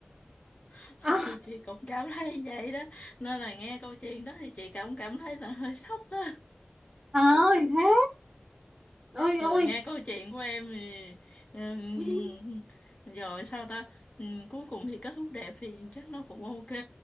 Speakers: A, on the left; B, on the right.
A: <laughs>
B: ờ
A: Ừ, chị cũng cảm thấy vậy đó. Nên là nghe câu chuyện đó thì chị cũng cảm thấy là hơi sốc đó.
B: ờ, thì thế ôi
A: Rồi
B: ôi
A: nghe câu chuyện của em thì ừm,
B: <laughs>
A: rồi sao ta Ừm, cuối cùng thì kết thúc đẹp thì chắc nó cũng ok